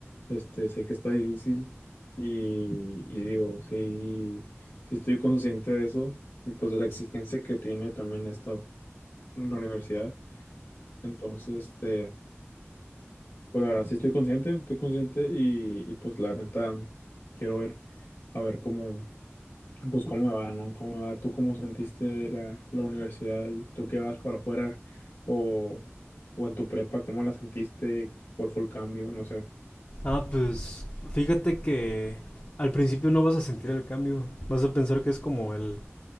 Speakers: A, on the left (about 85°); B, on the left (about 45°).
A: Este, sé que está difícil y, y digo, sí, sí estoy consciente de eso y pues de la exigencia que tiene también esta la universidad. Entonces, este, pues la verdad sí estoy consciente, estoy consciente y, y pues la neta quiero ver, a ver cómo, pues cómo me va, ¿no? ¿Cómo me va? ¿Tú cómo sentiste la, la universidad? ¿Y ¿Tú qué vas para afuera o, o en tu prepa? ¿Cómo la sentiste? ¿Cuál fue el cambio? No sé.
B: Ah, pues fíjate que al principio no vas a sentir el cambio, vas a pensar que es como el